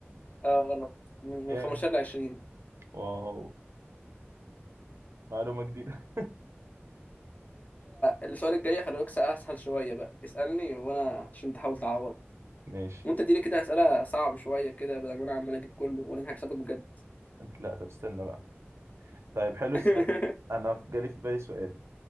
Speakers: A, on the left; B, on the right.
A: آه غلط من من
B: جامد
A: 15 ل 20
B: واو معلومة جديدة
A: السؤال الجاي خلي بالك سأ- أسهل شوية بقى اسألني وأنا عشان تحاول تعوض
B: <laughs> ماشي
A: وانت اديني كده اسئله صعب شويه كده بدل ما انا عمال اجيب كله وانا انا هكسبك بجد
B: انت لا طب استنى بقى طيب حلو
A: <laughs>
B: السؤال ده انا في- جالي في بالي سؤال